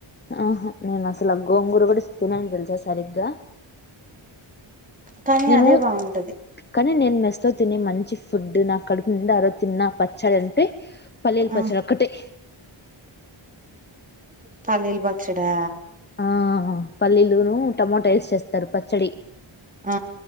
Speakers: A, on the left (about 20°); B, on the right (about 15°).
A: ఆహ నేను అసలు గోంగురు కూడా సత నేను తెలుసా సరిగ్గా
B: కానీ
A: నేను
B: అదే బాగుంటది
A: కానీ నేను మెస్త తో తినే మంచి ఫుడ్ నాకు కడుపు నిండా ఆరోజు తిన్న పచ్చడి అంటే పల్లీలు
B: ఆ
A: పచ్చడి ఒకటే
B: పల్లీలు పచ్చడా
A: ఆ పల్లీలు టొమాటా వేస్ చేస్తా తరుపచ్చడి
B: ఆ